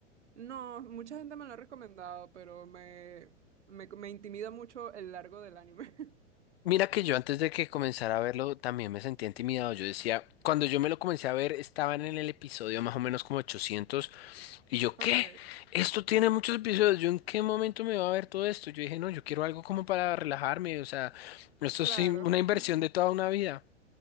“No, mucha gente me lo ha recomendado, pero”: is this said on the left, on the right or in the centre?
Right